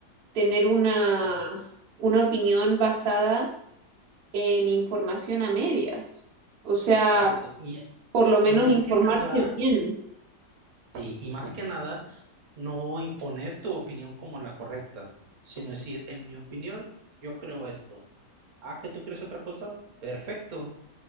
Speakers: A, on the right; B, on the right.
A: tener una,
B: sí,
A: una opinión basada en información a medias. O sea,
B: exacto. Y,
A: por lo menos
B: y más
A: informarse
B: que nada,
A: bien.
B: sí, y más que nada, no imponer tu opinión como la correcta, sino decir, en mi opinión, yo creo esto. Ah, que tú crees otra cosa, perfecto.